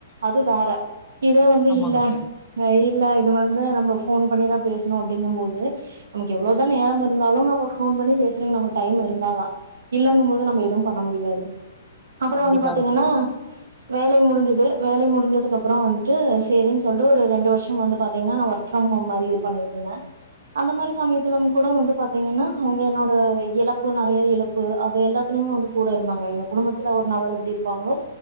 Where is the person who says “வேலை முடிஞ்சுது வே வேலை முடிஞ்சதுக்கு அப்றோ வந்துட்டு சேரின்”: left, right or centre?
Right